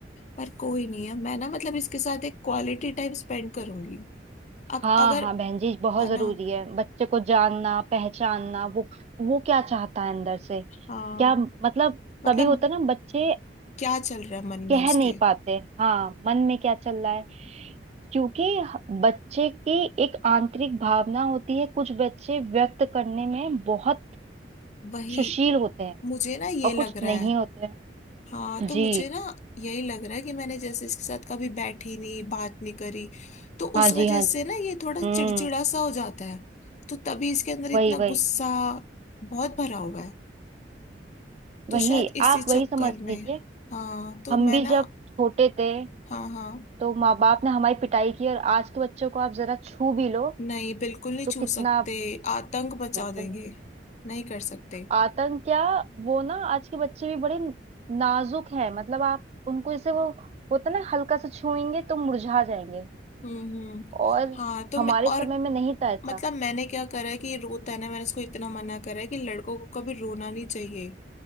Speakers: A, on the left; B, on the right.
A: पर कोई नहीं है मैं ना मतलब इसके साथ एक क्वालिटी टाइम स्पेंड करूंगी अब
B: हाँ
A: अगर
B: हाँ बहन जी बहुत
A: है
B: जरूरी
A: ना
B: है बच्चे को जानना पहचानना वो वो क्या चाहता है अंदर से
A: हाँ
B: क्या मतलब
A: मतलब
B: कभी होता है ना बच्चे
A: क्या चल रहा है मन
B: कह
A: में उसके
B: नहीं पाते हाँ मन में क्या चल रहा है क्योंकि ह- बच्चे की एक आंतरिक भावना होती है कुछ बच्चे व्यक्त करने में बहुत
A: वही
B: सुशील होते हैं
A: मुझे ना ये
B: और
A: लग
B: कुछ
A: रहा
B: नहीं
A: है
B: होते हैं
A: हाँ तो
B: जी
A: मुझे ना यही लग रहा है कि मैंने जैसे इसके साथ कभी बैठी नहीं बात नहीं करी तो
B: हाँ
A: उस वजह
B: जी हाँ जी
A: से ना ये थोड़ा
B: हम्म
A: चिड़चिड़ा सा हो जाता है तो तभी इसके अंदर इतना
B: वही वही
A: गुस्सा बहुत भरा हुआ है तो
B: वही
A: शायद इसी
B: आप
A: चक्कर
B: वही समझ
A: में
B: लीजिए
A: हाँ तो
B: हम भी
A: मैं ना
B: जब छोटे थे
A: हाँ हाँ
B: तो माँ बाप ने हमारी पिटाई की और आज के बच्चों को आप जरा छू भी लो
A: नहीं बिल्कुल नहीं
B: तो कितना
A: छू सकते आतंक बचा
B: बिल्कुल
A: देंगे
B: नहीं
A: नहीं कर सकते
B: आतंक क्या वो ना आज के बच्चे भी बड़े नाजुक हैं मतलब आप उनको जैसे वो होता ना हल्का सा छूएंगे तो मुरझा जाएंगे
A: हम्म हम्म
B: और
A: हाँ तो
B: हमारे
A: मैं और
B: समय में नहीं था ऐसा
A: मतलब मैंने क्या करा है कि ये रोता है ना मैंने इसको इतना मना करा है कि लड़कों को कभी रोना नहीं चाहिए